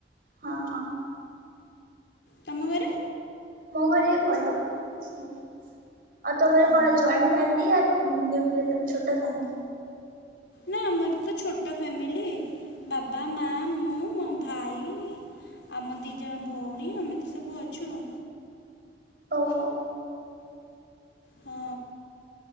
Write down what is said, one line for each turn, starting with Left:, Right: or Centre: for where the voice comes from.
Right: ହଁ ହଁ।
Left: ତମ ଘରେ।
Right: ମୋ ଘରେ ବି ଭଲ ସବୁ ଆଉ ତମର
Left: ହଁ
Right: କଣ
Left: ନା
Right: ଜଏଣ୍ଟ ଫ୍ୟାମିଲି ୟା ନ୍ୟୁକ୍ଲିୟର ଛୋଟ ଫ୍ୟାମିଲି।
Left: ନା ଆମର ତ ଛୋଟ ଫ୍ୟାମିିଲି। ବାବା ମା ମୁଁ ମୋ ଭାଇ। ଆମ ଦି ଜଣ ଭଉଣୀ ଆମେତ ସବୁ ଅଛୁ ଆଉ।
Right: ଓହୋ।
Left: ହଁ।